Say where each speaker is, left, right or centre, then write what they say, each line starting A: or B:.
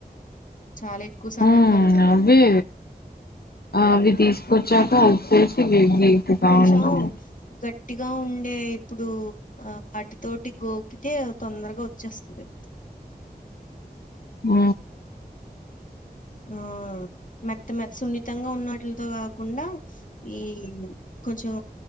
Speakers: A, on the left; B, on the left.
A: చాలా ఎక్కువ సమయం
B: ఉమ్
A: పడుతది
B: అవి ఆ, అవి తీసుకొచ్చాక
A: రా
B: ఉప్పేసి గీ- గీకుతా
A: కొంచం
B: ఉంటాము
A: గట్ గట్టిగా ఉండే ఇప్పుడు అట్టతోటి గోకితే తొందరగా వచ్చేస్తది
B: ఆ
A: ఆ మెత్త మే సున్నితంగా ఉన్నట్లితో కాకుండా ఈ కొంచెం